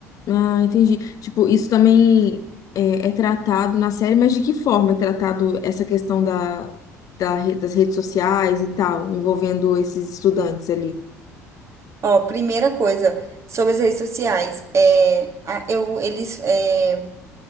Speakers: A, on the left (about 45°); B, on the right (about 35°).
A: Ah, entendi. Tipo, isso também é, é tratado na série, mas de que forma é tratado essa questão da, da re- das redes sociais e tal, envolvendo esses estudantes ali?
B: Ó, primeira coisa. Sobre as redes sociais, é, a- eu, eles, é,